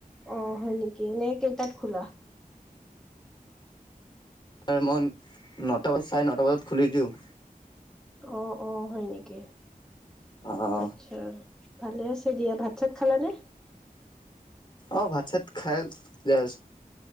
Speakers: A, in the centre; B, on the left.
A: অ হয় নেকি? এনে কেইটাত খোলা।
B: তাৰ মই নটা বজাত চাৰে নটা বজাত খুলি দিওঁ।
A: অ', অ', হয় নেকি?
B: অ'।
A: আচ্ছা' ভালে আছে দিয়া ভাত চাত খালানে?
B: অ' ভাত চাত খাই যাই আছো